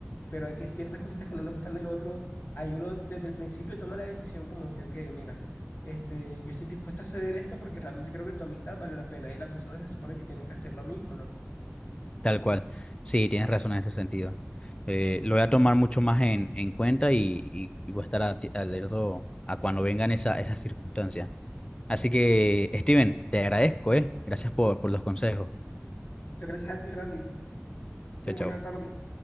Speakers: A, on the left; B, on the left.
A: pero hay que ciertas cositas que no nos gustan del otro, hay uno desde el principio toma la decisión como que, ok, mira, este, yo estoy dispuesto a ceder esto porque realmente creo que tu amistad vale la pena y la persona se supone que tiene que hacer lo mismo, ¿no?
B: Tal cual. Sí, tienes razón en ese sentido. Eh, lo voy a tomar mucho más en, en cuenta y, y- y voy a estar ati- alerto a cuando vengan esa, esas circunstancias. Así que, Steven, te agradezco, ¿eh? Gracias por, por los consejos.
A: Muchas gracias a ti, Randy. Ten
B: Chao, chao.
A: buena tarde.